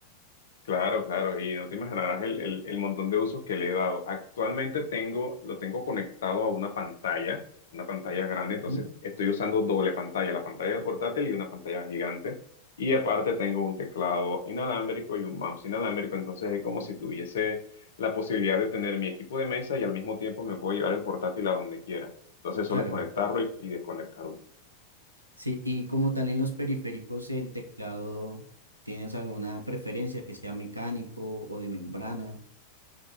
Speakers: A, on the left; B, on the right.
A: Claro, claro, y no te imaginarás el, el- el montón de usos que le he dado. Actualmente tengo, lo tengo conectado a una pantalla, una pantalla grande, entonces
B: Ujú.
A: estoy usando doble pantalla, la pantalla del portátil y una pantalla gigante. Y aparte tengo un teclado inalámbrico y un mouse inalámbrico, entonces es como si tuviese la posibilidad de tener mi equipo de mesa y al mismo tiempo me puedo llevar el portátil a donde quiera. Entonces solo
B: Claro,
A: es conectarlo y y desconectarlo.
B: sí, y como tal en los periféricos, el teclado, ¿tienes alguna preferencia que sea mecánico o de membrana?